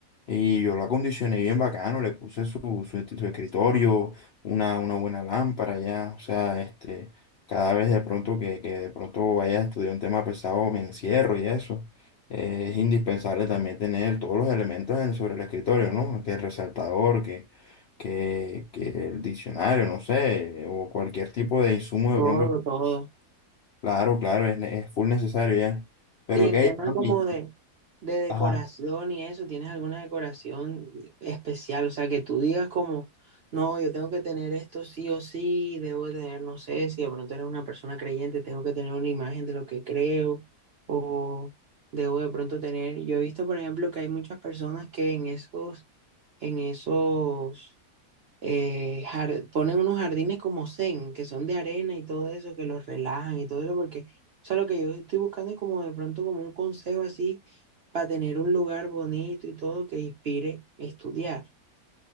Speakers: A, on the left (about 65°); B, on the right (about 65°).
A: y yo lo acondicioné bien bacano, le puse su, su, su escritorio, una, una buena lámpara ya, o sea, este, cada vez de pronto que, que de pronto vaya a estudiar un tema pesado me encierro y eso eh, es indispensable también tener todos los elementos en- sobre el escritorio, ¿no? Que el resaltador, que, que, que el diccionario, no sé, o cualquier tipo de insumo
B: Todo,
A: de pronto.
B: todo.
A: Claro, claro, es, ne- es full necesario ya. Pero
B: Y en
A: ok,
B: temas
A: Jorge,
B: como
A: y-
B: de, de decoración
A: ajá.
B: y eso, ¿tienes alguna decoración especial? O sea, que tú digas como, no, yo tengo que tener esto sí o sí, debo de tener, no sé, si de pronto eres una persona creyente, tengo que tener una imagen de lo que creo o debo de pronto tener. Yo he visto, por ejemplo, que hay muchas personas que en esos en esos, eh, jar- ponen unos jardines como zen, que son de arena y todo eso, que los relajan y todo eso, porque, o sea, lo que yo estoy buscando es como de pronto como un consejo así para tener un lugar bonito y todo que inspire estudiar.